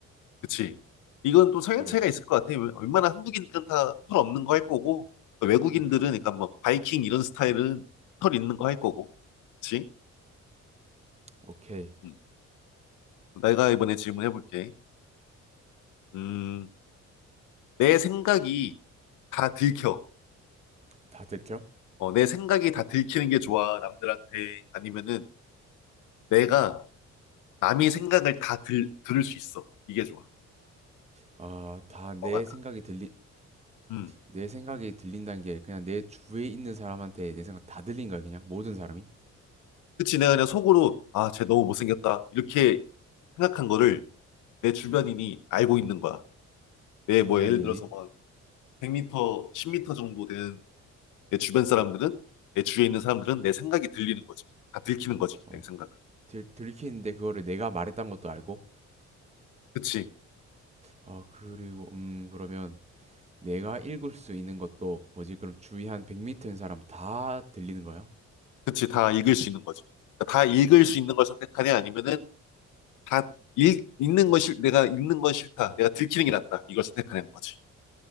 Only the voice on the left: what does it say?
그치? 이건 또 성향
차이가 있을 것 같아. 웬- 웬만한 한국인들은 다 털 없는 거 할 거고 외국인들은
그러니까 뭐 바이킹 이런 스타일은 털 있는 거 할 거고. 그치?
음. 내가 이번에 질문해볼게. 음, 내 생각이 다 들켜.
어, 내 생각이 다 들키는 게 좋아, 남들한테. 아니면은 내가 남의 생각을 다 들, 들을 수 있어. 이게 좋아.
뭐가 나.
음,
그치, 내가 그냥 속으로, 아, 쟤 너무 못생겼다. 이렇게 생각한 거를 내 주변인이
알고 있는 거야. 내
뭐 예를 들어서 막 100m, 10m 정도 되는 내 주변 사람들은,
내 주위에 있는 사람들은 내 생각이 들리는 거지. 다 들키는 거지,
내 생각을.
그치,
그치, 다 읽을 수 있는 거지. 그러니까 다 읽을 수 있는 걸 선택하냐, 아니면은 다 읽, 읽는 건 싫, 내가 읽는 건 싫다. 내가 들키는 게 낫다. 이걸 선택하는 거지.